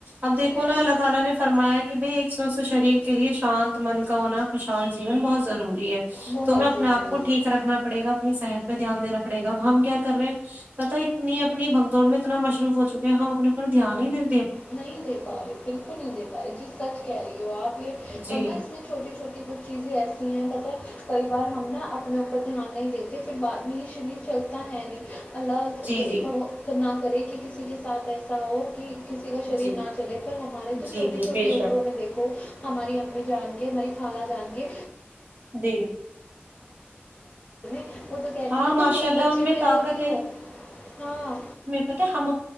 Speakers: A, on the right; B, on the left.
A: اب دیکھو
B: میرے
A: نا اللہ تلا نے فرمایا کہ بھی سوستھ شریر کے لیے شانت من کا ہونا خوشال جیون بہت ضروری
B: بہت
A: تو میں اپنے
B: ضروری
A: آپ کو
B: ہے
A: ٹھیک رکھنا پڑے گا اپنی صحت پہ دھیان دا پڑے گا ہم کیا کر رہے ہیں پتا ایکتنی اپنی بن دوڑ میں اتنا مشروف ہو چکے ہیں ہم اپنے اوپر دھی ہی نہیںیںے
B: نہیں دے پا رہے بالکل نہیں دے پا رہے جی سچ کہہ رہی ہو آپ ہے
A: جی
B: پرورنہ اس میں چھوٹی چھوٹی کچھ چیزیں ایسی ہیں پر کئی بار ہم نا اپنے اوپر دھیان نہیں دیتے پھر بعد میں یہ شریر چلتا ہے نہیں اللہ
A: جی جی
B: کرنا کرے کہ کسی کے ساتھ ایسا ہو کہ کسی کا شریر
A: جی
B: نہ چلے پر ہمارے تو
A: جی
B: چھوٹی
A: جی
B: چھوٹی
A: بے
B: عمروں
A: شک
B: میں دیکھو ہمارے امی جان کے ہماری خالہ جان کے
A: جی
B: <unintelligible> <unintelligible> کہتی
A: ہاں
B: ہیں
A: ماشاءاللہ
B: تم ایک بچے
A: ان میں طاقت
B: رو رہی ہو
A: ہے
B: ہاں
A: پتہ ہے ہم